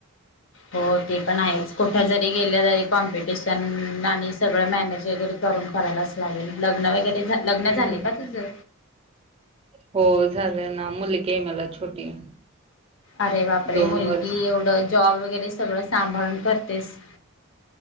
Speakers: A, on the left (about 60°); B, on the right (about 25°).
A: हो ते पण आहेच. कुठ जरी गेलं तरी कॉम्पिटिशन आणि- सगळं मॅनेज वगैरे करून करायलाच लागेल. लग्न वगैरे
B: हम्म.
A: लग्न झाले का तुझं
B: हो झालं ना. मुली- ग मला छोटी.
A: अरे बाप रे!
B: दोन
A: मुलगी
B: वर्ष
A: एवढं, जॉब वगैरे सगळं सांभाळून करते- तेस.